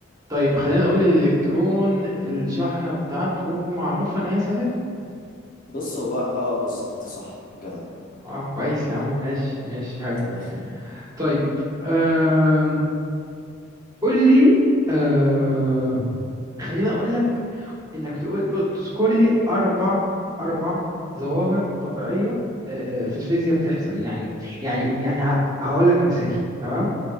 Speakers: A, on the right (about 20°); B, on the left (about 40°).
A: طيب خلينا نقول الإلكترون الشحنة بتاعته معروف إن هي سالبة
B: بص هو اه بالظبط صح جدع
A: اه كويس يا عم ماشي ماشي حلو
B: تمام
A: طيب أم... قول لي أه... خلينا أقول لك إنك تقول قول- تذكر لي أربع أربع ظواهر طبيعية أه، أه، في الفيزياء بتحصل يعني يعني يعني هقول لك مثال تمام